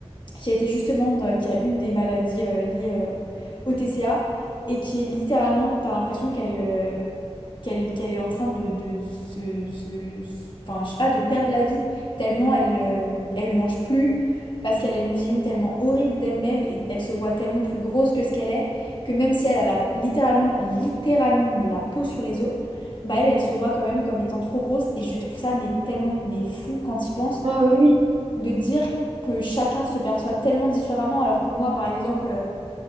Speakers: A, on the left (about 45°); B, on the right (about 70°).
A: qui a été justement... dans- qui a une des maladies euh, liées euh, au TCA, et qui est littéralement... T'as l'impression qu'elle... euh, qu'elle qu'elle est en train de, de se, se- se- enfin, je sais pas, de perdre la vie, tellement elle, euh, elle mange plus, parce qu'elle a une vision tellement horrible d'elle-même et elle se voit tellement plus grosse que ce qu'elle est, que même si elle a la- littéralement, littéralement, mais la peau sur les os, bah elle, elle se voit quand même comme étant trop grosse et je trouve ça mais tellement, mais fou quand il pense
B: Ah oui, oui,
A: de dire que chacun se perçoit tellement différemment alors que moi, par exemple, euh,